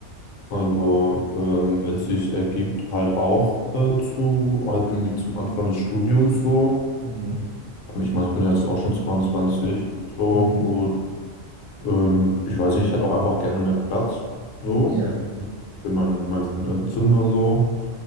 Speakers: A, on the left; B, on the right.
A: also, ähm, wenn es sich ergibt, halt auch äh, zu, halt irgendwie zum Anfang des Studiums so.
B: Mhm.
A: Ähm, Ich meine, ich bin ja jetzt auch schon 22, so,
B: Mhm.
A: Ähm, ich weiß nicht, ich hätte auch einfach gerne mehr Platz. So.
B: Ja.
A: Für mein, mein äh, Zimmer so.